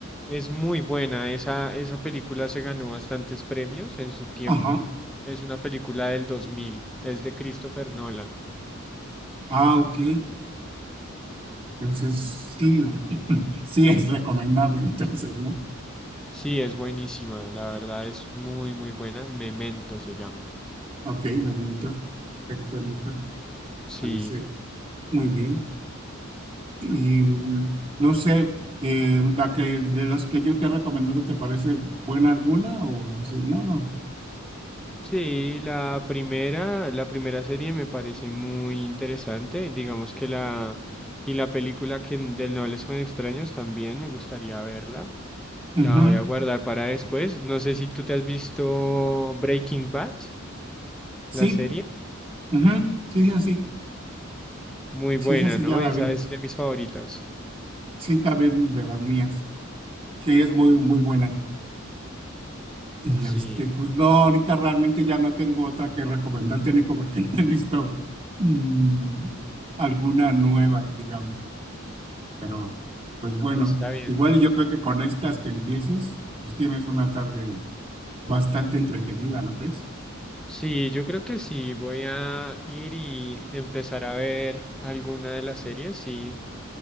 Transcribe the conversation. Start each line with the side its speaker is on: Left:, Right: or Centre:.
Centre: Es muy buena. Esa, esa película se ganó bastantes premios en su tiempo.
Right: Ajá.
Centre: Es una película del dos mil Es de Christopher Nolan.
Right: Ah, ok. Entonces, sí, sí es recomendable, <laughs> entonces, ¿no?
Centre: Sí, es buenísima. La verdad es muy, muy buena. Memento se llama.
Right: Ok, momento tectónica,
Centre: Sí.
Right: parece muy bien. Y mm, no sé, eh, la que de las que yo te he recomendado, ¿te parece buena alguna o dices, no?
Centre: Sí, la primera, la primera serie me parece muy interesante. Digamos que la, y la película que, del No hables con extraños también me gustaría verla.
Right: Ujú,
Centre: La voy a guardar para después. No sé si tú te has visto Breaking Bad,
Right: Sí,
Centre: la serie.
Right: ujú, sí es así,
Centre: Muy buena,
Right: sí es así,
Centre: ¿no?
Right: ya la
Centre: Esa
Right: vi.
Centre: es de mis favoritas.
Right: Sí, también de las mías. Sí, es muy, muy buena. Y
Centre: Sí,
Right: este, pues no, ahorita realmente ya no tengo otra que recomendarte, Nico, porque <laughs> no he visto mm, alguna nueva, digamos. Pero, pues bueno,
Centre: está bien.
Right: igual y yo creo que con estas que empieces, pues tienes una tarde bastante entretenida, ¿no crees?
Centre: Sí, yo creo que sí. Voy a ir y empezar a ver alguna de las series. Sí,